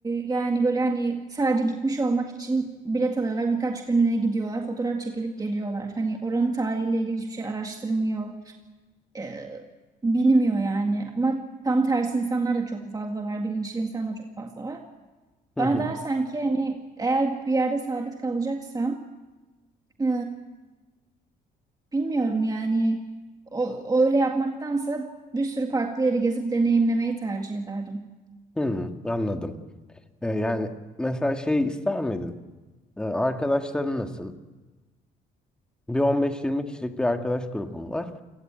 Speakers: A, on the right; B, in the centre.
A: yani böyle hani sadece gitmiş olmak için bilet alıyorlar. Birkaç günlüğüne gidiyorlar. Fotoğraf çekilip geliyorlar. Hani oranın tarihiyle ilgili hiçbir şey araştırmıyor e, bilmiyor yani. Ama tam tersi insanlar da çok fazla var. Bilinçli insan da çok fazla var.
B: Hı
A: Bana
B: hı.
A: dersen ki hani eğer bir yerde sabit kalacaksam e, bilmiyorum yani o, o öyle yapmaktansa bir sürü farklı yeri gezip deneyimlemeyi tercih ederdim.
B: Hı, anladım. E, yani mesela şey ister miydin? E, arkadaşların nasıl? Bir 15-20 kişilik bir arkadaş grubum var.